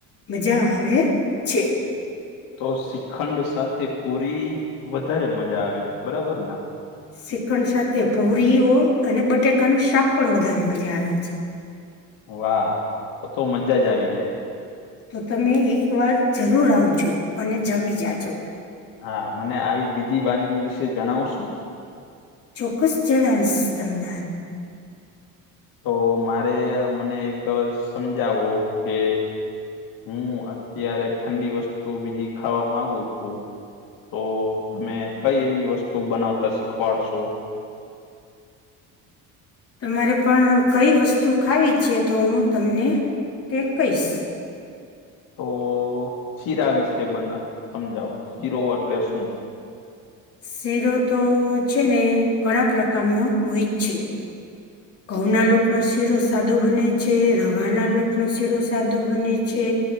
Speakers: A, on the left; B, on the left.
A: મજા આવે છે
B: તો શ્રીખંડ સાથે પૂરી વધારે મજા આવે છે બરાબર ના
A: શ્રીખંડ સાથે પુરીઓ અને બટેકાનું શાક પણ વધારે મજા આવે છે
B: વાહ તો તો મજાજ આવી જાય
A: તો તમે એક વાર જરૂર આવજો અને જમી જાજો
B: હા મને આવી બીજી વાનગી વિશે જણાવશું
A: ચોક્કસ જણાવીશ તમને
B: તો મારે મને એક સમજાવવું કે હું અત્યારે ઠંડી વસ્તુ બીજી ખાવા માંગુ છું તો તમે કઈ એવી વસ્તુ બનાવતા શીખવાડશો
A: તમારે પણ કઈ વસ્તુ ખાવી છે તો હું તમને તે કહીશ
B: તો શીરા વિશે બને સમજાવો શીરો એટલે શું
A: શીરો તો છે ને ઘણા પ્રકારનો હોય છે ઘઉ ના લોટ નો શીરો સાદો બને છે રવાના લોટ નો શીરો સાદો બને છે